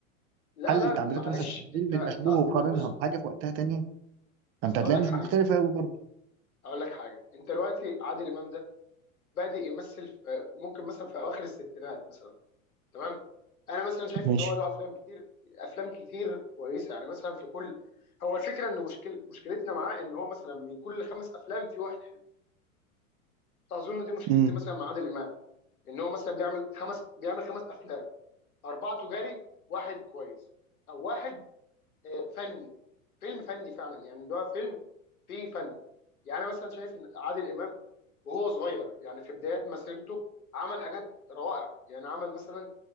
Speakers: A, on the left; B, on the right.
A: لا
B: حلل
A: لا
B: تعبيراته
A: معلش
B: مثلا في فيلم
A: انت انت
B: المشبوه
A: اصل
B: وقارنها
A: انت بص
B: بحاجه في وقتها تانية فانت
A: اصل
B: هتلاقيها
A: اقول لك
B: مش
A: حاجه
B: مختلفه قوي برضه
A: اقول لك حاجه انت دلوقتي عادل امام ده بادئ يمثل في ممكن مثلا في اواخر الستينات مثلا تمام انا مثلا شايف
B: ماشي
A: ان هو له افلام كتير افلام كتير كويسه يعني مثلا في كل هو الفكره انه مشكل مشكلتنا معاه ان هو مثلا من كل خمس افلام في واحد حلو اظن دي مشكلتي
B: امم
A: مثلا مع عادل امام ان هو مثلا بيعمل خمس بيعمل خمس افلام اربعه تجاري واحد كويس او واحد آه، فني فيلم فني فعلا يعني اللي هو فيلم فيه فن يعني أنا مثلا شايف ان عادل امام وهو صغير يعني في بدايات مسيرته عمل حاجات روائع يعني عمل مثلا